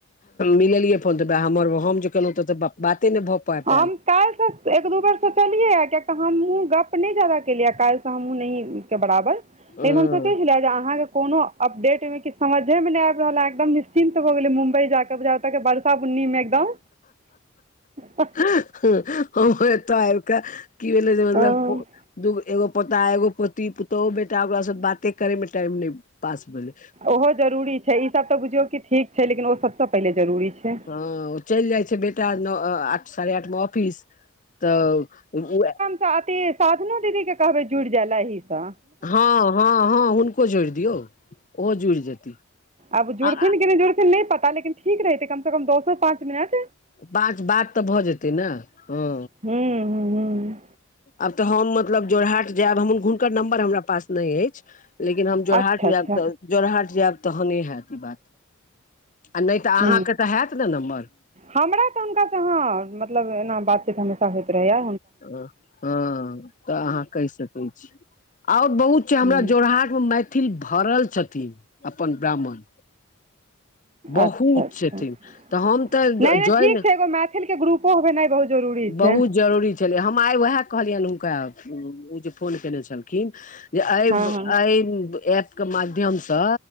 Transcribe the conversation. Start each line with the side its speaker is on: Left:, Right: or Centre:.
Left: मिलियै फन तऽ हमर हम जे केलहुँ तऽ तऽ बाते नय भऽ पायल
Right: हम्म काल्हिसँ एक दू बेर सोचलियै किय तऽ हमहूँ गप्प नय जादा केलियै काल्हि हमहुँ नहि के बराबर
Left: हँ
Right: लेकिन हम सोचय छलिय जे अहाँके कोनो अपडेट मे किछ समझ में नहि आब रहल ह एकदम निश्चिन्त भ गेले मुम्बई जााक बरसा बुन्नी मे एकदम तऽ
Left: हम एतऽ आब कऽ की भेलइ जे मतलब
Right: हँ
Left: दूगो एगो पोता एगो पोती पुतहु बेटा ओकरासँ बाते करयमे टाइम नहि पास भेलइ
Right: ओहो जरूरी छै ई सब तऽ बुझियौ कि ठीक छै लेकिन ओ सभसँ पहिले जरूरी छय
Left: हँ चइल जाइ छै बेटा आठ साढ़े आठ मे ऑफिस तऽ ओ
Right: साते साधनो दीदी के कहबइ जुड़ जाय ल एहसँ
Left: हँ हँ हँ हुनको जोड़ि दियउ ओहो जुड़ि जेती
Right: अब जुड़थिन
Left: आ आ-
Right: कि नहि जुड़थिन नहि पता लेकिन ठीक रहेते कम से कम दसो पाँच मिनट
Left: पाँच बात तऽ भऽ जेतै ने हँ
Right: हूँ हूँ हूँ
Left: आब तऽ हम मतलब जोरहाट जायब हम हुनकर नम्बर हमरा पास नै अछि लेकिन हम जोरहाट
Right: अच्छा अच्छा
Left: जायब तऽ जोरहाट जायब तहने हेयत ई बात आ नहि तऽ
Right: हुँ
Left: अहाँके तऽ हैत ने नम्बर
Right: हमरा तऽ हुनका से हँ मतलब एना बातचीत हमेशा होइत रहैया
Left: हँ तऽ अहाँ कहि सकै छी आर बहुत
Right: हुँ
Left: हमरा जोरहाट मे मैथिल भरल छथिन अपन ब्राह्मण बहुत
Right: अच्छा अच्छा
Left: छथिन तऽ हम तऽ
Right: नहि नहि
Left: जय
Right: ठीक
Left: ने
Right: छै एगो मैथिलके ग्रुपो होनाइ बहुत जरूरी
Left: बहुत
Right: छै हुँ,
Left: जरूरी छलै हम आइ उएह कहलीएल हुनका उ जे फोन केने छलखिन एब
Right: हँ हँ
Left: एब ए के माध्यम से